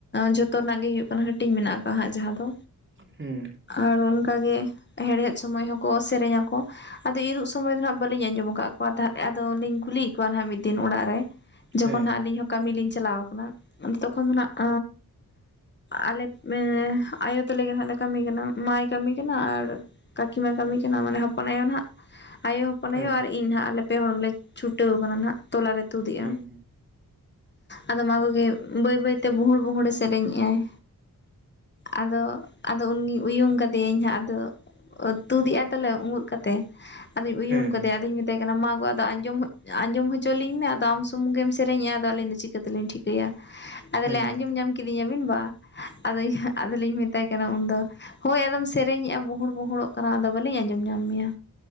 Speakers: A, on the left (about 30°); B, on the right (about 35°).
A: ᱡᱷᱚᱛᱚ ᱨᱮᱱᱟᱜ ᱜᱮ ᱦᱩᱭᱩᱜ ᱠᱟᱱᱟ ᱦᱟᱹᱴᱤᱧ ᱢᱮᱱᱟᱜ ᱦᱟᱠᱟᱫᱟ ᱡᱟᱦᱟᱸ ᱫᱚ
B: ᱦᱩᱸ
A: ᱟᱨ ᱚᱱᱠᱟᱜ ᱜᱮ ᱦᱮᱲᱦᱮᱫ ᱥᱚᱢᱚᱭ ᱦᱚᱸᱠᱚ ᱥᱮᱨᱮᱧᱟ ᱠᱚ। ᱟᱫᱚ ᱤᱨᱚᱜ ᱥᱚᱢᱚᱭ ᱫᱚ ᱦᱟᱸᱜ ᱵᱟᱹᱞᱤᱧ ᱟᱸᱡᱚᱢ ᱟᱠᱟᱫ ᱠᱚᱣᱟ ᱛᱟᱦᱚᱞᱮ ᱟᱫᱚ ᱞᱤᱧ ᱠᱩᱞᱤ ᱮᱫ ᱠᱚᱣᱟ ᱦᱟᱸᱜ ᱢᱤᱫ ᱫᱤᱱ ᱚᱲᱟᱜ ᱨᱮ ᱡᱚᱠᱷᱚᱱ
B: ᱦᱮᱸ
A: ᱦᱟᱜ ᱟᱹᱞᱤᱧ ᱦᱚᱸ ᱠᱟᱹᱢᱤ ᱞᱤᱧ ᱪᱟᱞᱟᱣ ᱟᱠᱟᱱᱟ ᱛᱚᱠᱷᱚᱱ ᱫᱚ ᱱᱟᱦᱟᱜ ᱟᱞᱮᱼᱼ ᱟᱭᱳ ᱛᱟᱞᱮ ᱜᱮ ᱱᱟᱦᱟᱜ ᱞᱮ ᱠᱟᱹᱢᱤ ᱠᱟᱱᱟ ᱢᱟᱭ ᱠᱟᱹᱢᱤ ᱠᱟᱱᱟ ᱟᱨᱼᱼ ᱠᱟᱹᱠᱤᱢᱟ ᱠᱟᱹᱢᱤ ᱠᱟᱱᱟ ᱢᱟᱱᱮ ᱦᱚᱯᱚᱱ ᱟᱭᱳ ᱱᱟᱦᱟᱜ ᱟᱭᱳ ᱦᱚᱯᱚᱱ
B: ᱦᱮᱸ ᱦᱮᱸ
A: ᱟᱭᱳ ᱟᱨᱼᱼ ᱤᱧ ᱦᱟᱸᱜ ᱟᱞᱮ ᱯᱮ ᱦᱚᱲ ᱜᱮᱞᱮ ᱪᱷᱩᱴᱟᱹᱣ ᱟᱠᱟᱱᱟ ᱱᱟᱦᱟᱜ ᱛᱚᱞᱟ ᱞᱮ ᱛᱩᱫᱮᱜᱼᱟ᱾
B: ᱦᱮᱸ
A: ᱟᱫᱚ ᱢᱟ ᱜᱚᱜᱮ ᱵᱟᱹᱭ ᱵᱟᱹᱭᱛᱮ ᱵᱩᱦᱩᱲ ᱵᱩᱦᱩᱲᱮ ᱥᱮᱨᱮᱧᱮᱜᱼ ᱟᱭ ᱟᱫᱚ ᱟᱫᱚ ᱩᱱ ᱜᱤᱧ ᱩᱭᱩᱝ ᱠᱟᱫᱮᱭᱟᱹᱧ ᱦᱟᱸᱜ ᱟᱫᱚ। ᱛᱩᱫᱮᱜᱟᱭ ᱛᱟᱦᱚᱞᱮ ᱩᱜᱩᱫ ᱠᱟᱛᱮᱫ ᱟᱫᱚᱧ ᱩᱭᱩᱝ
B: ᱦᱮᱸ ᱦᱮᱸ
A: ᱠᱟᱫᱮᱭᱟ ᱟᱫᱚᱧ ᱢᱮᱛᱟᱭ ᱠᱟᱱᱟ ᱢᱟ ᱜᱚ ᱟᱫᱚ ᱟᱸᱡᱚᱢᱼᱼ ᱟᱸᱡᱚᱢ ᱦᱚᱪᱚ ᱞᱤᱧ ᱢᱮ ᱟᱫᱚ ᱟᱢ ᱥᱩᱢᱩᱝ ᱜᱮᱢ ᱥᱮᱨᱮᱧᱮᱜᱼᱟ ᱟᱫᱚ ᱟᱹᱞᱤᱧ ᱫᱚ ᱪᱤᱠᱟᱹ ᱛᱮᱞᱤᱧ ᱴᱷᱤᱠᱟᱹᱭᱟ। ᱟᱚᱭ
B: ᱦᱮᱸ
A: ᱞᱟᱹᱭ ᱟᱸᱡᱚᱢ ᱧᱟᱢᱼᱼ ᱠᱤᱫᱤᱧᱟᱵᱤᱱ ᱵᱟ ᱟᱫᱚ ᱟᱫᱚᱞᱤᱧ ᱢᱮᱛᱟᱭ ᱠᱟᱱᱟ ᱩᱱᱫᱚ ᱦᱳᱭ ᱟᱫᱚᱢ ᱥᱮᱨᱮᱧᱮᱫᱼᱟ ᱵᱩᱦᱩᱲᱼᱼ ᱜᱩᱦᱩᱲᱚᱜ ᱠᱟᱱᱟ ᱟᱫᱚ ᱵᱟᱹᱞᱤᱧ ᱟᱸᱡᱚᱢ ᱧᱟᱢ ᱢᱮᱭᱟ